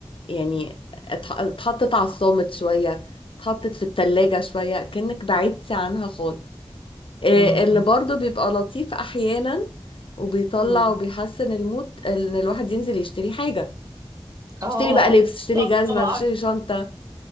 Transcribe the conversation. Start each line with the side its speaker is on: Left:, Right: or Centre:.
Left: يعني اتح- اتحطت على الصامت شوية اتحطت في التلاجة شوية كأنك بعدتي عنها خالص آه،
Right: امم
Left: اللي برضه بيبقى لطيف احيانا وبيطلع
Right: امم
Left: وبيحسن المود ان الواحد ينزل يشتري حاجة
Right: اه
Left: اشتري بقى لبس اشتري جزمة
Right: طبعا
Left: اشتري شنطة